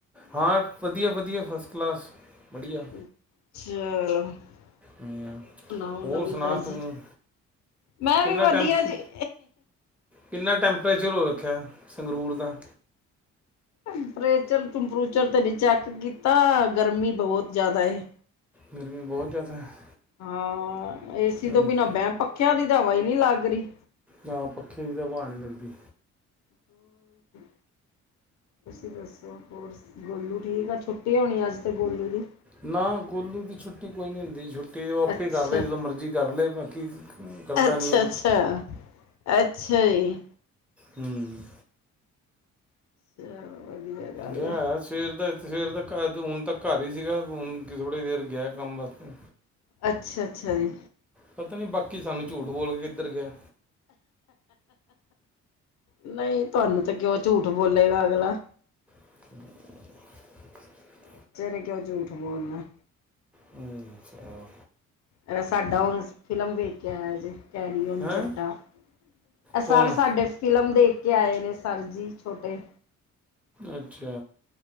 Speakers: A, in the centre; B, on the left (about 65°).
A: ਹਾਂ ਵਧੀਆ- ਵਧੀਆ ਫਸਟ ਕਲਾਸ, ਵਡੀਆ।
B: <inaudible>
A: ਹਮ,
B: ਹੋਰ ਸੁਣਾਓ ਨਵੀਂ
A: ਹੋਰ ਸੁਣਾ
B: ਤਾਜੀ,
A: ਤੂੰ
B: ਮੈਂ
A: ਕਿੰਨਾ
B: ਵੀ ਵਧੀਆ
A: ਟੈਂਪ
B: ਜੀ।
A: ਕਿੰਨਾ ਟੈਂਪਰੇਚਰ ਹੋ ਰੱਖਿਆ, ਸੰਗਰੂਰ ਦਾ।
B: ਟੈਂਪਰੇਚਰ ਟੂੰਪਰੇਚਰ ਤੇ ਨੀ ਚੈੱਕ ਕੀਤਾ, ਗਰਮੀ ਬੋਤ ਜ਼ਾਦਾ ਏ।
A: ਗਰਮੀ ਬਹੁਤ ਜ਼ਿਆਦਾ ਹੈ
B: ਹਾਂ ਏਸੀ
A: ਹਮ,
B: ਤੋਂ ਬਿਨਾਂ ਬਹਿ, ਪੱਖਿਆਂ ਦੀ ਤਾਂ ਹਵਾ ਹੀ ਨਹੀਂ ਲੱਗ ਰਹੀ।
A: ਨਾ ਪੱਖੇ ਦੀ ਤਾਂ ਹਵਾ ਨੀ ਲੱਗਦੀ।
B: ਹੂੰ, ਤੁਸੀਂ ਦੱਸੋ ਹੋਰ ਗੋਲੂ ਠੀਕ ਐ, ਛੁੱਟੀ ਹੋਣੀ ਅੱਜ ਤਾਂ ਗੋਲੂ ਦੀ।
A: ਨਾ ਗੋਲੂ ਦੀ ਛੁੱਟੀ ਕੋਈ ਨੀ ਹੁੰਦੀ, ਛੁੱਟੀ ਉਹ ਆਪੇ
B: ਅੱਛਾ
A: ਕਰ ਲਏ, ਜਦੋਂ ਮਰਜ਼ੀ ਕਰ ਲਏ, ਬਾਕੀ ਡਰਦਾ
B: ਅੱਛਾ
A: ਨਹੀਂ ਐ,
B: ਅੱਛਾ ਅੱਛਾ ਜੀ
A: ਹੂੰ।
B: ਚਲੋ ਵਧੀਆ ਗੱਲ
A: ਗਿਆ
B: ਐ।
A: ਆ ਸਵੇਰ ਦਾ-ਸਵੇਰ ਦਾ ਘਰ, ਹੁਣ ਤੱਕ ਘਰ ਹੀ ਸੀਗਾ, ਹੁਣ ਥੋੜ੍ਹੀ ਦੇਰ ਗਿਆ ਕੰਮ ਵਾਸਤੇ।
B: ਅੱਛਾ-ਅੱਛਾ ਜੀ।
A: ਪਤਾ ਨਹੀਂ, ਬਾਕੀ ਸਾਨੂੰ ਝੂਠ ਬੋਲਕੇ ਕਿੱਧਰ ਗੈ।
B: ਨਹੀਂ, ਤੁਹਾਨੂੰ ਤੇ ਕਿਉਂ ਝੂਠ ਬੋਲੇਗਾ ਅਗਲਾ।
A: <unintelligible>
B: ਬੱਚਿਆਂ ਨੇ, ਕਿਉਂ ਝੂਠ ਬੋਲਣਾ।
A: ਹੂੰ, ਅੱਛਾ।
B: ਐਸਾ ਡੌਂਸ, ਫਿਲਮ ਦੇਖਕੇ ਆਇਆ ਸੀ। ਕੈਰੀ ਔਨ
A: ਹੈ
B: ਜੱਟਾ। ਆ
A: ਕੌਣ
B: ਸਾਰ ਸਾਡੇ ਫ਼ਿਲਮ ਦੇਖਕੇ ਆਏ ਨੇ, ਸਰ ਜੀ ਛੋਟੇ।
A: ਅੱਛਾ।